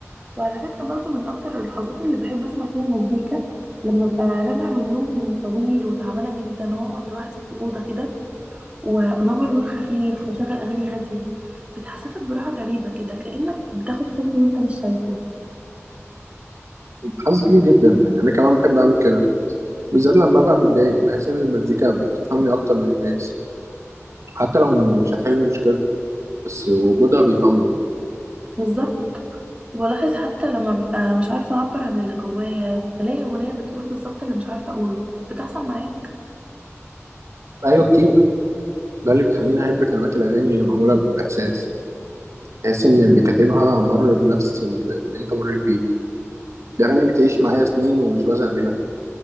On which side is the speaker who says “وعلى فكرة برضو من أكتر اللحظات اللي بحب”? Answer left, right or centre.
Right